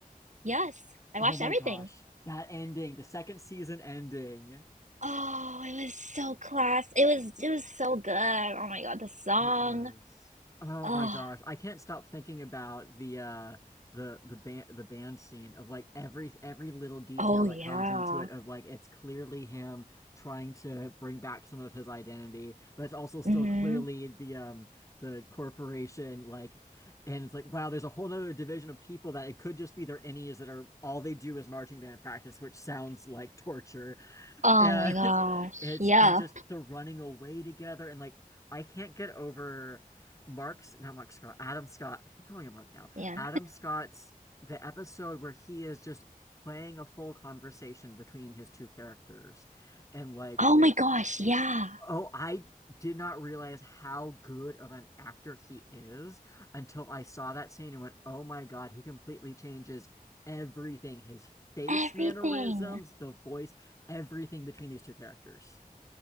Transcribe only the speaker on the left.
oh
my
gosh, that ending, the second season ending.
It was oh
my gosh. I can't stop thinking about the uh the the band the band scene of like every every little detail
that comes into it of like it's clearly him trying to bring back some of his identity, but it's also still
clearly the um the corporation like and it's like wow, there's a whole nother division of people that it could just be their innies that are all they do is marching band practice, which sounds like torture.
And
<laughs> it's
and just the running away together and like I can't get over Mark's not Mark Scott, Adam Scott. I'm calling him Mark now.
Adam Scott's the episode where he is just playing a full conversation between his two characters and like
Oh, I did not realize how good of an actor he is until I saw that scene and went, oh my God, he completely changes everything. His face
mannerisms, the voice, everything between these two characters.